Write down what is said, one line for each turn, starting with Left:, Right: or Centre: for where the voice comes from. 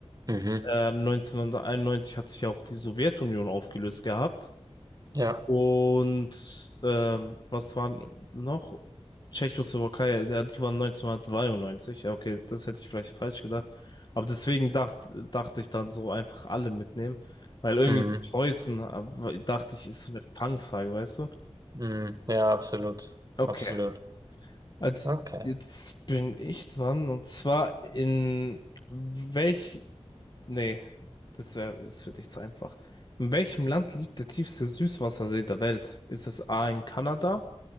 Right: Mhm.
Left: Äh, 1991 hat sich ja auch die Sowjetunion aufgelöst gehabt.
Right: Ja.
Left: Und ähm, was war noch? Tschechoslowakei, ja, die waren 1993. Ja, okay, das hätte ich vielleicht falsch gedacht. Aber deswegen dacht, dachte ich dann so einfach alle mitnehmen. Weil irgendwie
Right: Mhm.
Left: Preußen, äh, dachte ich, ist so eine Fangfrage, weißt du?
Right: Mhm. Ja, absolut.
Left: Okay,
Right: Absolut.
Left: also
Right: Okay.
Left: jetzt bin ich dran. Und zwar in welch Nee, das wäre das für dich zu einfach. In welchem Land liegt der tiefste Süßwassersee der Welt? Ist es A in Kanada,